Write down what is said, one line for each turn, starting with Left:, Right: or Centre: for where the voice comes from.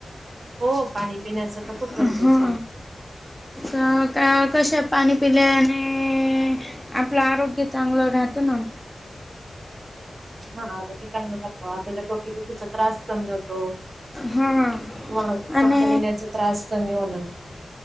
Right: हो पाणी पिण्याच तर खूप
Centre: हा
Right: गरजेचं आहे.
Centre: का का कश पाणी पिले आणि आपलं आरोग्य चांगलं राहत ना
Right: हा चांग खातो आपल्याला टोककीचा त्रास कमी होतो
Centre: हा.
Right: म
Centre: आणि
Right: सक्कर येण्याचा त्रास कमी होणार